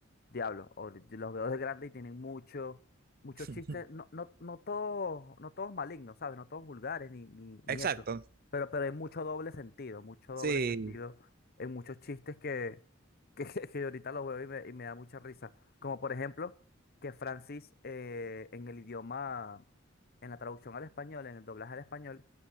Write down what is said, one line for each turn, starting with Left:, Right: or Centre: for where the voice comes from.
Left: Diablo, o de- los veo de grande y tienen mucho, muchos
Right: <laughs>
Left: chistes, no, no, no todos, no todos malignos, ¿sabes? No todos vulgares ni, ni, ni
Right: Exacto,
Left: eso. Pero, pero hay mucho doble sentido, mucho doble
Right: sí,
Left: sentido en muchos chistes que, que, <laughs> que ahorita los veo y me, y me da mucha risa. Como por ejemplo, que Francis eh, en el idioma en la traducción al español, en el doblaje al español,